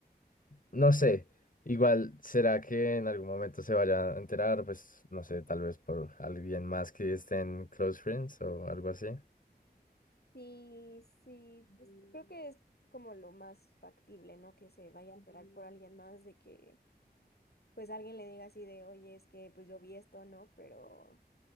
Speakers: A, on the left; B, on the left.
A: no sé, igual será que en algún momento se vaya a enterar, pues no sé, tal vez por alguien más que esté en Close Friends o algo así.
B: Sí, sí, pues, creo Mm. que es como lo más factible, ¿no? Que se vaya a enterar por Mm. alguien más de que pues alguien le diga así de, oye, es que pues yo vi esto, ¿no? Pero